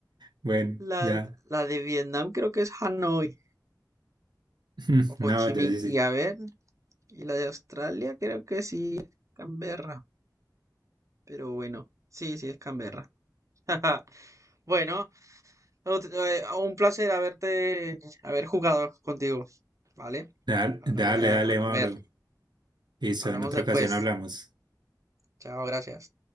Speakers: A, on the right; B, on the right.
A: Bueno,
B: La,
A: ya.
B: la de Vietnam creo que es Hanoi
A: <laughs>
B: o Ho
A: No,
B: Chi
A: ya
B: Minh.
A: sí,
B: Y
A: sí.
B: a ver, y la de Australia creo que sí es Canberra. Pero bueno, sí, sí es Canberra. <laughs> Bueno, No, t- eh, un placer haberte, haber jugado contigo, ¿vale?
A: Dale,
B: Ahora
A: dale,
B: voy a,
A: dale,
B: a comer.
A: Mauro. Listo,
B: Hablamos
A: en otra
B: después.
A: ocasión hablamos.
B: Chao, gracias.